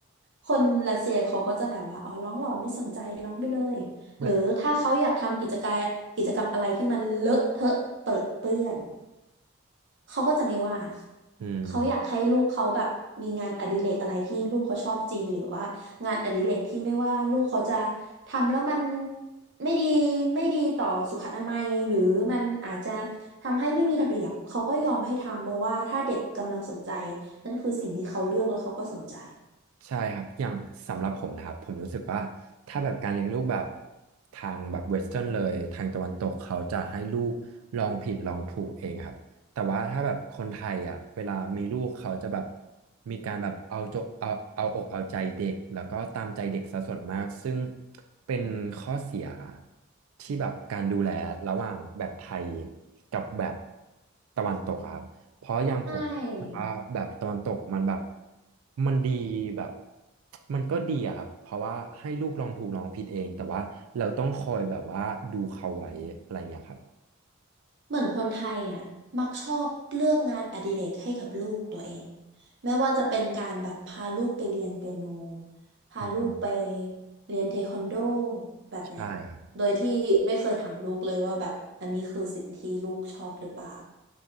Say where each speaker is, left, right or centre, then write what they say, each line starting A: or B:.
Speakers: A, on the right (about 55°); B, on the right (about 85°).
A: คนรัสเซียเขาก็จะแบบว่าอ๋อร้องหรอไม่สนใจร้องไปเลยหรือถ้าเขาอยากทำกิจกรรมกิจกรรมอะไรที่มันเลอะเทอะเปรอะเปื้อน
B: เหมือน
A: เขาก็จะไม่ว่า
B: อืม
A: เขาอยากให้ลูกเขาแบบมีงานอดิเรกอะไรที่ลูกเขาชอบจริงหรือว่างานอดิเรกที่ไม่ว่าลูกเขาจะทำแล้วมันไม่ดีไม่ดีต่อสุขอนามัยหรือมันอาจจะทำให้ไม่มีระเบียบเขาก็ยอมให้ทำเพราะว่าถ้าเด็กกำลังสนใจนั่นคือสิ่งที่เขาเลือกแล้วเขาก็สนใจ
B: ใช่ครับอย่างสำหรับผมนะครับผมรู้สึกว่าถ้าแบบการเลี้ยงลูกแบบทางแบบเวสเทิร์นเลย ทางตะวันตกเขาจะให้ลูกลองผิดลองถูกเองครับแต่ว่าถ้าแบบคนไทยอ่ะเวลามีลูกเขาจะแบบมีการแบบเอาจเอาเอาอกเอาใจเด็กแล้วก็ตามใจเด็กซะส่วนมาก ซึ่งเป็นข้อเสียที่แบบการดูแลระหว่างแบบไทยกับแบบตะวันตกอะครับเพราะอย่างผม
A: ใช่
B: หรือว่าแบบตะวันตกมันแบบมันดีแบบมันก็ดีอะครับเพราะว่าให้ลูกลองถูกลองผิดเองแต่ว่าเราต้องคอยแบบว่าดูเขาไว้อะไรเงี้ยครับ
A: เหมือนคนไทยอ่ะมักชอบเลือกงานอดิเรกให้กับลูกตัวเองไม่ว่าจะเป็นการแบบพาลูกไปเรียนเปียโนพาลูกไป
B: อืม
A: เรียนเทควันโดแบบเนี้ย
B: ใช่ครับ
A: โดยที่ไม่เคยถามลูกเลยว่าแบบอันนี้คือสิ่งที่ลูกชอบหรือเปล่า